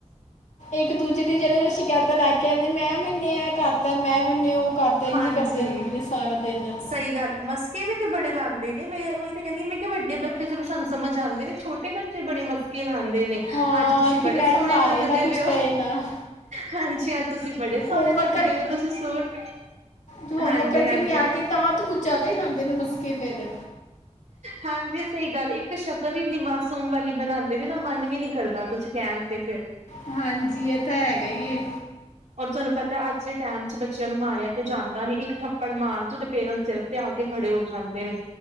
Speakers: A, on the left; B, on the right.
A: ਇੱਕ ਦੂਜੇ ਦੀ ਜਿਹੜੇ ਸ਼ਿਕਾਇਤਾਂ ਲੈ ਕੇ ਆਂਦੀ ਮੈਂ ਮੰਨੇ ਆ ਇਹ ਕਰਤਾ ਮੈਂ ਮੰੈਨੇ ਉਹ ਕਰਾਤੇ ਹੀ
B: ਹਾਂਜੀ
A: ਜੀ ਕਰਦੇ ਰਹਿੰਦੇ ਨੇ ਸਾਰਾ ਦਿਨ
B: ਸਹੀ ਗੱਲ ਮਸ ਬੱਚੇ ਵੀ ਬੜੇ ਲਾਂਦੇ ਨੇ ਮੈਂ ਉਹੀ ਤਾਂ ਕਹਿੰਦੀ ਮੈਂ ਕਿ ਵੱਡੇ ਬੱਚੇ ਚਲੋ ਸਾਨ ਸਮਝ ਆਉਂਦੇ ਨੇ ਛੋਟੇ ਬੱਚੇ ੱਚ ਬੜੇ ਮਸਕ ਆਉਂਦੇ ਨੇ
A: ਹਾਂ
B: ਅੱਜ ਤੁਸੀਂ
A: ਕਿ
B: ਬੜੇ
A: ਮੈਡਮ
B: ਸੋਹਣੇ
A: ਮਾਰੇ
B: ਲੱਗਦੇ
A: ਨਾ ਕੁਝ
B: ਪ
A: ਕਹੇ
B: ਹੋ
A: ਨਾ
B: ਹਾਂਜੀ ਅੱ ਤੁਸੀਂ ਬੜੇ ਸੋਹਣੇ
A: ਹੋਮਵਰਕ
B: ਲੱਗਦੇ ਹੋ ਤੁਸੀਂ ਸੂਟ
A: ਜ ਹੋਮਵਰਕ
B: ਹਾਂਜੀ-ਹਾਂਜੀ।
A: ਕਰਕੇ ਨੀ ਆਉਣਗੇ
B: ਹਾਂਜੀ
A: ਤਾਂ ਤੇ ਕੁੱਝ ਜ਼ਿਆਦਾ ਹੀ ਲਾਉਦੇ ਨੇ ਮਸਕੇ ਫੇਰ
B: ਹਾਂਜੀ ਸਹੀ ਗੱਲ ਇੱਕ ਤਾਂ ਸ਼ਕਲ ਇੰਨੀ ਮਾਸੂਮ ਵਾਲੀ ਬਣਾਉਂਦੇ ਨੇ ਨਾ ਮਨ ਵੀ ਨਹੀਂ ਕਰਦਾ ਕੁਛ ਕਹਿਣ ਤੇ ਫਿਰ
A: ਹਾਂਜੀ ਇਹ ਤਾਂ ਹੈਗਾ ਹੀ
B: ਰ ਤੁਹਾਨੂੰ ਪਤਾ ਅੱਜ ਦੇ ਟੈਮ ਚ ਬੱਚਿਆਂ ਨੂੰ ਮਾਰਿਆ ਤੇ ਜਾਂਦਾ ਨੀ ਇੱਕ ਥੱਪੜ ਮਾਰ ਤੋਦੇ ਪੇਰੈਂਟ ਸਿਰ ਤੇ ਆ ਖੜੇ ਹੋ ਜਾਂਦੇ ਨੇ